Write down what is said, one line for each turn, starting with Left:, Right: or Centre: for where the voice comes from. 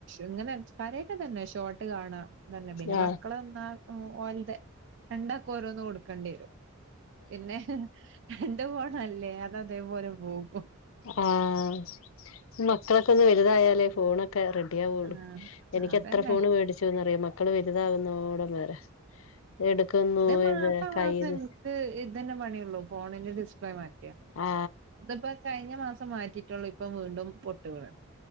Right: ഇങ്ങനെ കാര്യയമായിട്ട് ഒന്നും തന്നെ ഷോർട്ട് കാണാ തന്നെ പിന്നെ
Left: ആ
Right: മക്കള് വന്നാ ഓൻതെരണ്ടാക്കെ ഓരോന്ന് കൊടുക്കേണ്ടി വരും പിന്നെ എന്റെ പോണല്ലേ അത അതേപോലെ പോ ഇപ്പോ
Left: ആഹ് മക്കളൊക്കെ ഒന്ന് വലുതായാലേ ഫോണൊക്കെ റെഡി ആവുള്ളു
Right: ആഹ്
Left: എനിക്ക്
Right: അതന്നെ
Left: എത്ര ഫോണ് മേടിച്ച ചച്ചന്നറിയ മക്കള് വലുതാകുന്നോടം വരെ എടുക്കുന്നു
Right: മാസം
Left: ഇത് കയ്ന്ന്
Right: മാസം എനിക്ക് ഇതന്നെ പണിയള്ളൂ ഫോണിന്റെ ഡിസ്പ്ലേ മാറ്റ
Left: ആ
Right: ഇതിപ്പോ കഴിഞ്ഞ മാസം മാറ്റിയിട്ടുള്ളൂ ഇപ്പൊ വീണ്ടും പൊട്ടു വീണു